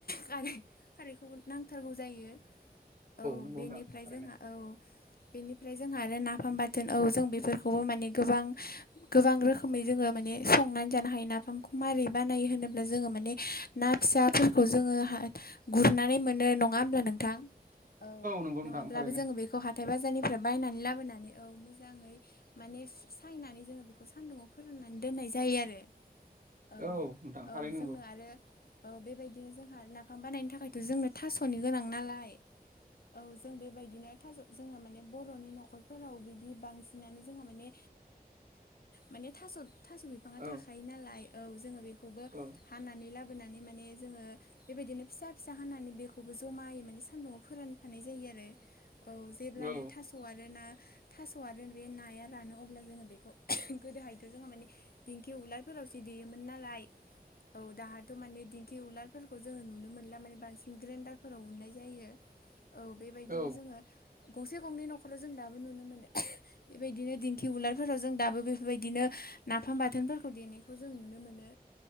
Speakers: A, on the left (about 70°); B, on the right (about 60°).
A: खारै खारैखौ नांथारगौ जायो औ
B: नंगौ
A: बेनिफ्राय
B: नोंथां थारैनो
A: जोंहा औ बेनिफ्राय जोंहा आरो नाफाम बाथोन औ जों बेफोरखौबो माने गोबां गोबां रोखोमै जोंङो माने संनानै जानो हायो नाफामखौ मारै बानायो होनोब्ला जोंङो माने ना फिसाफोरखौ जोंङो गुरनानै मोनो नंङा होमब्ला नोंथां औ
B: नंगौ
A: नंङाब्लाबो
B: नोंथां थारैनो
A: जोंङो बेखौ हाथ थाइ बाजारनिफ्राय बायनानै लाबोनानै औ मोजा जांङै माने सायनानै जोंङो बेखौ सान्दुङाव फोराननानै दोननाय जायो आरो औ-औ
B: औ नोंथां थारैनो नंगौ
A: जोंनो आरो औ बेबायदिनो जोंहा नाफाम बानायनो थाखायथ' जोंनो थास'नि गोनां नालाय औ जों बेबायदिनो थाज जोंङो माने बर'नि न'खरफोराव बिदि बांसिनानो जोंहा माने माने थास' थास' बिफांङा
B: औ
A: थाखायो नालाय औ जोंङो बेखौबो
B: औ
A: हानानै लाबोनानै माने जोंङो बेबायदिनो फिसा फिसा हानानै बेखौबो जमायै माने सान्दुंआव फोरानफानाय जायो आरो औ जेब्लानो
B: औ
A: थास' आरो ना थास' आरो बे नाया रानो अब्ला जोंङो बेखौ गोदोहायथ' जोङोहा माने दिंखि उलारफोरावसो दो देयोमोन नालाय औ दाहाथ' माने दिंखि उलार फोरफोरखौ जोंङो नुनो मोनला माने बांसिन ग्रेन्डारफोराव उननाय जायो। औ बेबायदिनो
B: औ
A: जोंङो गंसे गंनै न'खराव जों दाबो नुनो मोनो। बेबायदिनो दिन्थि उलारफोराव जों दाबो बेफोर बायदिनो नाफाम बाथोनफोरखौ दे खौ जों नुनो मोनो